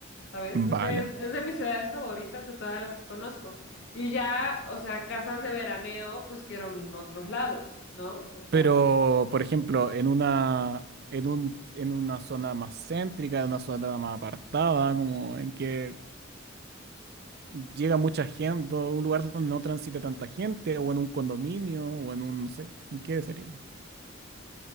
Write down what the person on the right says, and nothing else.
Vale.
Pero, por ejemplo, en una, en un, en una zona más céntrica, en una zona más apartada, como en que llega mucha gente, o un lugar donde no transite tanta gente, o en un condominio, o en un, no sé, ¿en qué sería?